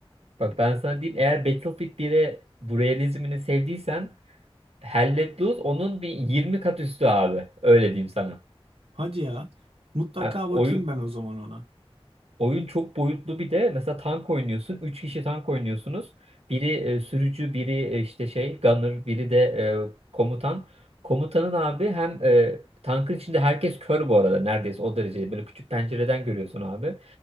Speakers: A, on the right; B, on the right.
A: bak ben sana diyeyim eğer Battlefield 1'e bu realizmini sevdiysen Hell Let Loose onun bir 20 kat üstü abi. Öyle diyeyim sana.
B: Hadi ya. Mutlaka
A: Ha, oyun
B: bakayım ben o zaman ona.
A: Oyun çok boyutlu bir de mesela tank oynuyorsun. üç kişi tank oynuyorsunuz. Biri e, sürücü, biri e, işte şey gunner, biri de e, komutan. Komutanın abi hem e, tankın içinde herkes kör bu arada neredeyse o derece. Böyle küçük pencereden görüyorsun abi.